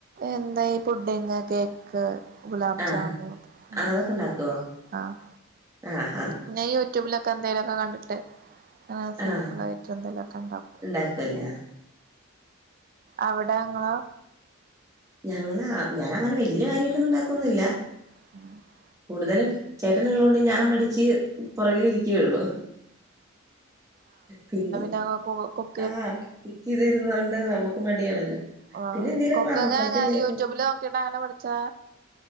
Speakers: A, on the right; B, on the right.
A: എന്താ ഈ പുഡിങ് കേക്ക് ഗുലാബ്
B: ആഹ്
A: ജാമുൻ
B: അതൊക്കെ
A: ഒക്കെണ്ടാക്കും
B: ഉണ്ടാക്കുവോ
A: ആഹ്
B: ആഹ് ആഹ്
A: പിന്നെ യൂറ്റൂബ് ലൊക്കെ എന്തേലൊക്കെ കണ്ട്ട്ട് അങ്ങനെ സിംപിളായ്റ്റ്
B: ആഹ്
A: എന്തെലുക്കെണ്ടാകും
B: ഉണ്ടാക്കുവല്ലേ
A: അവ്ടേങ്ങളോ
B: ഞങ്ങളാ ഞാനങ്ങനെ വല്യ കാര്യായ്ട്ടൊന്നും ണ്ടാക്കൊന്നുംല്ല
A: <inaudible>
B: കൂടുതലും ചേട്ടന് ഉള്ളത് കൊണ്ട് ഞാൻ മടിച്ച് പൊറകിലിരിക്കേ ഒള്ളൂ പിന്നേ
A: ഞങ്ങക്കും ഓക്കും
B: ആ കുക്ക് ചെയ്ത് തരുന്നതോണ്ട് നമ്മുക്ക് മടിയാണല്ലോ
A: ആ
B: പിന്നെ എന്തേലൊക്കെ
A: കൊക്കിങ്ങ്
B: ആഹ് മക്കൾക്ക് എന്തേലൊക്കെ
A: യൂറ്റൂബ് ല് നോക്കിയിട്ട് അങ്ങനെ പഠിച്ചാ